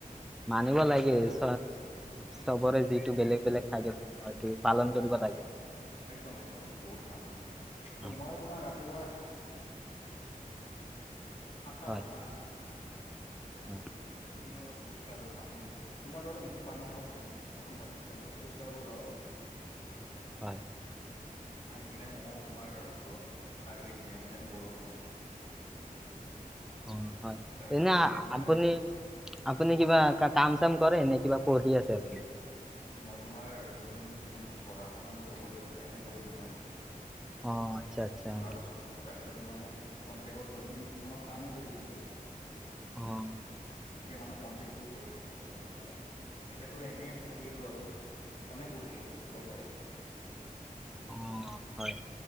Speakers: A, in the centre; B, on the left.
A: মানিব লাগে
B: আৰু
A: চ' চবৰে
B: উম হুম
A: যিটো বেলেগ বেলেগ। থাকে ধ, মইটো পালন কৰিব লাগে।
B: একদম - একদম এইটো বহুত ভাল। ত'
A: হয়
B: মই তোমাৰ ৰাতিপুৱাহ সাতটাৰুটোৱা
A: হয় হয়।
B: উঠি কিনে অলপ খোজকাঢ়ো। পানী, তোমাৰ দৰে ময়ো পানী খাওঁ প্ৰথম গৰম পানী তাৰপিছত খোজ কাঢ়িব যাওঁ অলপ। <inaudible>
A: হয়
B: আহি কিনে ময়ো তোমাৰ অলপ শাৰীৰিক ব্যায়াম চ্যায়াম কৰো অলমান।
A: অ' হয়।
B: তাৰপিছত
A: এনে
B: তোমাৰ
A: আপুনি আপুনি কিবা কাম চাম কৰে নে কিবা পঢ়ি আছে আপুনি?
B: মই তোমাৰ দৈনন্দিন জীৱনত পঢ়া শুনা মোৰ হৈ গ'ল। এম এ কৰিলো মই।
A: অ', আতচ্ছা আতচ্ছা।
B: যোৱা বছৰ তাৰপিছত মই কন্টেকট দৈনন্দিন জীৱনত কামো কৰি আছিলো।
A: অ'।
B: এতিয়া মানে কণ্টেকটো শেষ গ'ল, তো মই এতিয়াতো এনেই পঢ়ি আছো আৰু সেই কাৰণে পঢ়ি আছো চৰকাৰী
A: উম হয়,